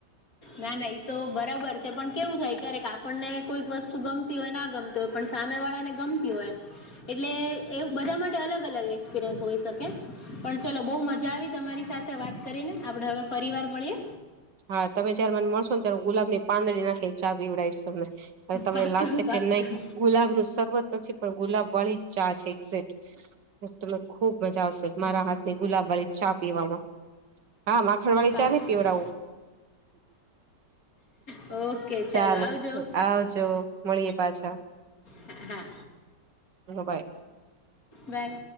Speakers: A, on the left; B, on the right.
A: ના, ના એતો બરાબર છે, પણ કેવું થાય ક્યારેક આપણને કોઈક વસ્તુ ગમતી હોયના ગમતી. તો પણ સામે વાળાને ગમતી હોય. એટલે એ બધા માટે અલગ -અલગ એક્સપિરિયન્સ હોય શકે. પણ ચલો બઉ મજા આવી તમારી સાથે વાત કરીને આપડે હવે ફરીવાર મળીએ,
B: હા, તમે જયારે મને મળશોને ત્યારે ગુલાબની પાંદડી નાખી ચા પીવડાવીશ તમને. અને તમને
A: પાક્કું
B: લાગશે કે
A: પાક્કું
B: નહીં ગુલાબ નું શરબત નથી પણ ગુલાબ વાળીજ ચા છે, એકસેટ. તને ખુબ મજા આવશે મારા હાથની ગુલાબ વાળી ચા પીવામાં, હા, માખણવાળી
A: પાક્કું
B: ચા નઇ પીવડાવું.
A: ઓકે
B: ચાલો
A: આવજો
B: આવજો, મળીએ પાછા,
A: હા હા
B: હ બાય
A: બાય